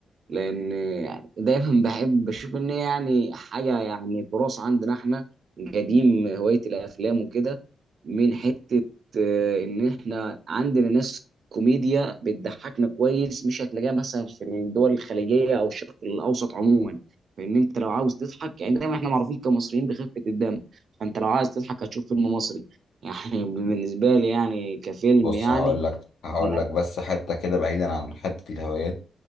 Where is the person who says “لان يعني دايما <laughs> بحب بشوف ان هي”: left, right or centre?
Right